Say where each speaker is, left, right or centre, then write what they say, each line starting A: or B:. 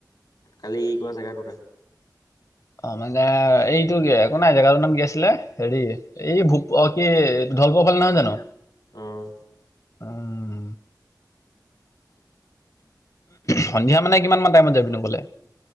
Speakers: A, on the left (about 75°); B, on the left (about 45°).
A: কালি ই কোৱা জেগাতোতে।
B: অ', মানে এইটো একো নাই জেগাটোৰ নাম কি আছিলে হেৰি এই ভূ অ, ' কি <unintelligible> নহয় জানো।
A: উম।
B: উম সন্ধিয়া মানে কিমান মান টাইমত যাবি নো গ'লে।